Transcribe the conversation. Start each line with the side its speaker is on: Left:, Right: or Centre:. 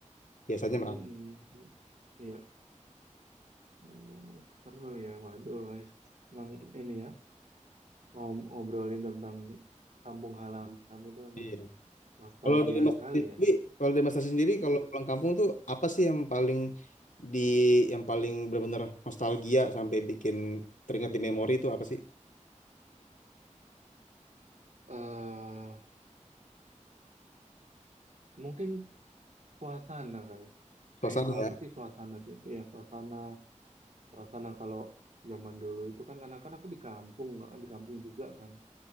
Left: Biasanya
Right: mm,
Left: merantau.
Right: mm. Iya. Oh, seru ya. Waduh, guys. emang ini ya ngom- ngobrolin tentang kampung halaman itu emang
Left: Iya.
Right: nostalgia
Left: Kalau dari Mas
Right: kali
Left: Tasya sendiri,
Right: ya.
Left: kalau dari Mas Tasya sendiri
Right: Hmm.
Left: kalau pulang kampung tuh apa sih yang paling di yang paling benar-benar nostalgia sampai bikin teringat di memori itu apa sih?
Right: eh mungkin suasana kali. ya.
Left: Suasana
Right: Kayaknya kalau
Left: ya.
Right: aku sih suasana sih. Iya, suasana karena kalau zaman dulu itu kan karena kan aku di kampung nggak- di kampung juga kan